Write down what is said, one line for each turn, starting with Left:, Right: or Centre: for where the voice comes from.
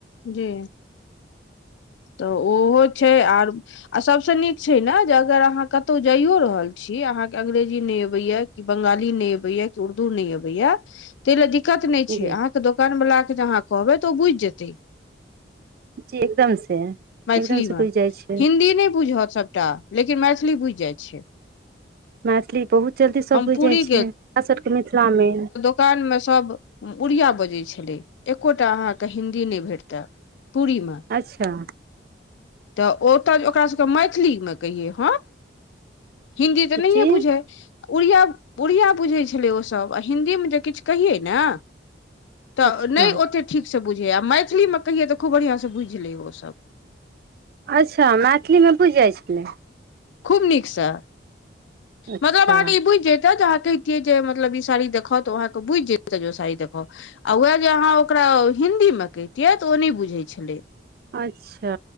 Left: जी तऽ ओहो छै आर। आ सभ सँ नीक छै ने जे अगर अहाँ कतौ जाइयो रहल छी अहाँकेँ अंग्रेजी नहि अबैया कि बंगाली नहि अबैया कि उर्दू नहि अबैया। ताहि लए दिक्कत नहि छै
Right: जी
Left: अहाँकेँ दोकान वला के जे अहाँ कहबै तऽ ओ बुझि जेतै
Right: जी एकदम से।
Left: मैथिलीमे
Right: एकदम से बुझि जाइ छै
Left: हिन्दी नहि बुझत सभटा लेकिन मैथिली बुझि जाइत छै।
Right: मैथिली बहुत जल्दी सब
Left: हम
Right: बुझि
Left: पूरी
Right: जाइ छै हमरा सके मिथिलामे
Left: कान मे सभ उरिया बजै छलै एको टा अहाँके हिन्दी नहि भेटतै पूरी मे
Right: अच्छा।
Left: तऽ ओतय जे ओकास सभके मैथिलीमे कहियै ह हिन्दी तऽ नहि
Right: जी
Left: ह बुझै। उरिया उरिया बुझै छलै ओ सभ आ हिंन्दी मे जे किछु कहियै ने। तऽ
Right: अच्छा
Left: नय ओते ठीक सँ बुझैए आ मैथिली मे कहियै तऽ खूब बढ़िआँ सँ बुझि लै ओसभ।
Right: अच्छा मैथिली मे बुझि जाइ छले।
Left: खूब नीक से
Right: अच्छा
Left: मतलब अहाँ के ई बुझि जते जहाँके। के जे मतलब ई साड़ी देखाऊ तऽ ओ आहाँ के बुझि जेते जे ओ साड़ी देखाऊ आ उएह जे अहाँ ओकरा हिन्दी मे कहितियै तऽ ओ नहि बुझैत छलै।
Right: अच्छा।